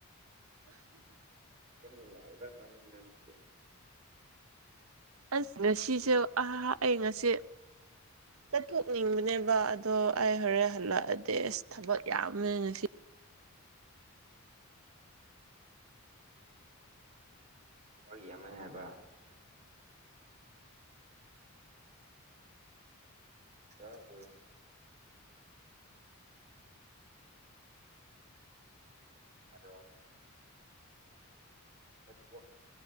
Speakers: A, on the right (about 30°); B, on the right (about 75°).
A: ꯌꯥꯝ ꯂꯑꯕ ꯃꯥ ꯂꯩꯦ ꯅꯁꯨ
B: ꯑꯁ ꯉꯁꯤꯁꯨꯦ ꯑꯍ ꯑꯩ ꯉꯁꯤ ꯆꯠꯊꯣꯛꯅꯤꯡꯕꯅꯦꯕ ꯑꯗꯣ ꯑꯩ ꯍꯣꯔꯦꯟ ꯍꯜꯂꯛꯑꯗꯤ ꯑꯁ ꯊꯕꯛ ꯌꯥꯝꯃꯦ ꯉꯁꯤ
A: ꯑꯣꯏ ꯑꯃ ꯍꯥꯏꯕ ꯇ ꯍ ꯍꯂꯣ <unintelligible>